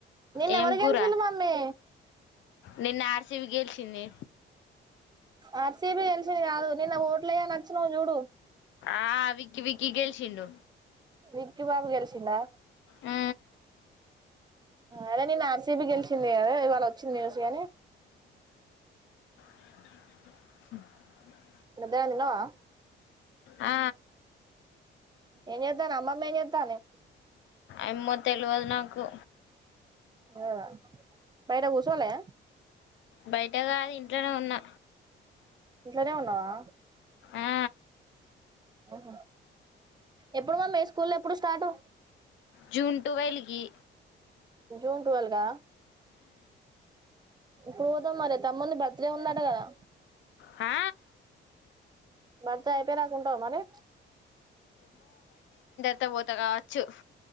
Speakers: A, on the right; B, on the left.
A: నిన్న
B: ఏం
A: ఎవరు
B: కూర
A: గెలిసిల్లు మామ్మీ
B: నిన్న ఆర్ సీ బి గెలిచింది.
A: ఆర్ సీ బి గెల్సింది కాదు నిన్న ఓట్లయయా నొచ్చినవ్ చూడు
B: ఆ విక్కి విక్కి గెల్సిండు.
A: విక్కి బాబు గెల్సిండా
B: ఆ
A: అదే నిన్న ఆర్సీబి గెలిశింది కదా ఇవాళ చున్నీ ఏసుకొని
B: స
A: మధ్యాహ్నం తిన్నవా.
B: ఆ
A: ఏం చెత్తనవ్ అమ్మమ్మా ఏం చెత్తంది.
B: ఎమ్మో తెలువదు నా కు
A: అ బైట గుసోలే
B: బయట కాదు ఇంట్లోనే ఉన్నా
A: ఇంట్లనేే ఉన్నావా.
B: ఆ
A: అహా ఎప్పుడు మమ్మీ స్కూల్లు ఎప్పుడు స్టార్టు.
B: జూన్ ట్వెల్వ్కి
A: జూన్ ట్వెల్వ్కా ఎప్పుడు పోదాం మరి తమ్ముంది బర్త్ డే ఉందాట కదా
B: ఆ
A: బర్త్డే అయిపోయేరాకుంటవ మరి
B: పోతేపోత కావచ్చు